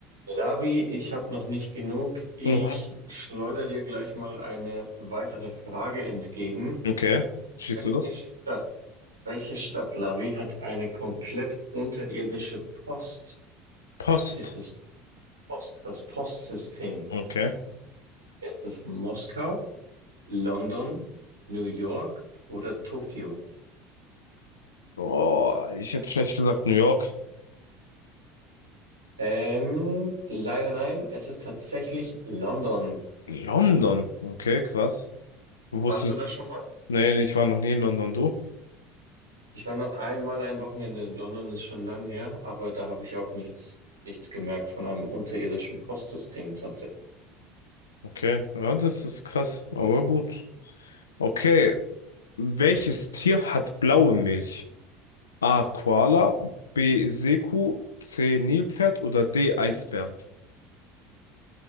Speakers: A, on the right; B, on the left.
A: Labi, ich habe noch nicht genug. Ich
B: Mhm.
A: schleudere dir gleich mal eine weitere Frage entgegen.
B: Okay. Schießt
A: Welche
B: du das?
A: Stadt, welche Stadt, Labi, hat eine komplett unterirdische Post?
B: Post.
A: Ist es Post, das Postsystem?
B: Okay.
A: Ist es Moskau, London, New York oder Tokio?
B: Oh, ich hätte vielleicht gesagt New York.
A: Ähm, leider nein, es ist tatsächlich London.
B: London. Okay, krass. Wusste,
A: Warst du da schon mal?
B: nee, nee, ich war noch nie in London, du?
A: Ich war nur einmal ein Wochenende in London, ist schon lang her, aber da habe ich auch nichts, nichts gemerkt von einem unterirdischen Postsystem tatsächlich.
B: Okay. Ja, das ist krass, aber gut. Okay. Welches Tier hat blaue Milch? A. Koala, B. Seekuh, C. Nilpferd oder D. Eisbär?